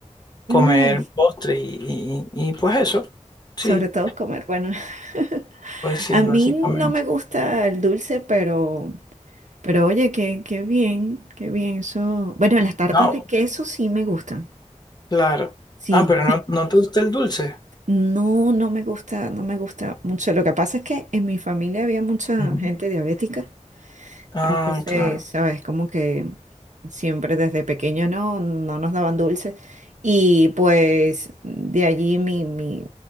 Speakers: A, on the left; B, on the right.
A: comer
B: ay,
A: postres y, y, y pues eso. Sí,
B: sobre todo comer. Bueno, <laughs>
A: pues sí,
B: a mí
A: básicamente.
B: no me gusta el dulce, pero, pero oye, qué, qué bien, qué bien eso. Bueno, las tartas
A: No,
B: de queso sí me gustan.
A: claro.
B: Sí,
A: Ah, pero no, no te gusta el dulce.
B: no, no me gusta, no me gusta mucho. Lo que pasa es que en mi familia había mucha
A: Ujú.
B: gente diabética.
A: Ah,
B: Entonces,
A: claro.
B: sabes, como que siempre desde pequeño no, no nos daban dulce. Y pues de allí mi, mi-